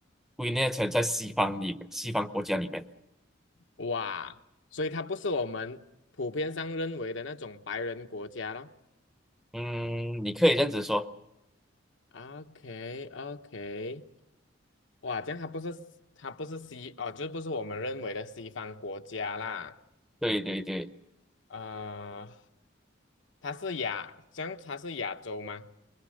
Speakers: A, in the centre; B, on the left.
A: 归纳成在西方里西方国家里面。
B: 哇，所以它不是我们普遍上认为的那种白人国家咯。
A: 嗯，你可以这样子说，
B: o k o k 哇，这样它不是它不是西哦，就是不是我们认为的西方国家啦。
A: 对对对，
B: 呃，它是亚，这样它是亚洲吗？